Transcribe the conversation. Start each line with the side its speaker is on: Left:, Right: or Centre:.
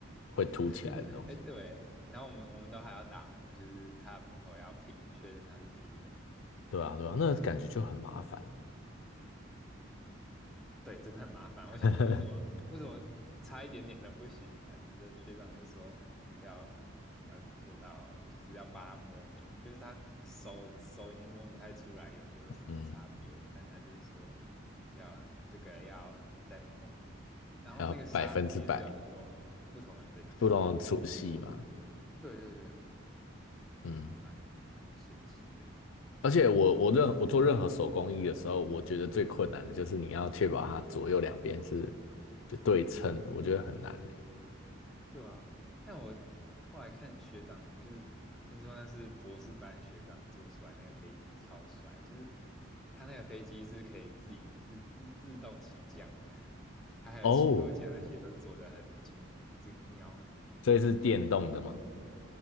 Left: 会凸起来的东西。
Centre: <laughs> 哎对，然后我们我们都还要打磨，就是它的木头要平，确认它是平的。
Left: 对啊，对啊，那感觉就很麻烦。
Centre: 对，真的很麻烦。
Left: <laughs>
Centre: 我想说，为什么为什么差一点点都不行？他就是学长就说要要做到，就是要把它磨平，就是他手手已经摸不太出来有有什么差别，
Left: 嗯，
Centre: 但他就是说要这个要再磨。然后那个沙子也是有很多不同的等级哦，
Left: 还要百分之百不能粗细嘛。
Centre: 我真的觉得，对对对，
Left: 嗯，
Centre: 就蛮蛮神奇的。
Left: 而且我我任我做任何手工艺的时候，我觉得最困难的就是你要确保它左右两边是就对称的，我觉得很难呢。
Centre: 对啊，但我后来看学长，就是听说那是博士班学长做出来那个飞机超帅，就是他那个飞机是可以自己自自自动起降的，<laughs> 他还有起落架那些都做得很精精妙，
Left: 哦，这是电动的吗？
Centre: 我觉得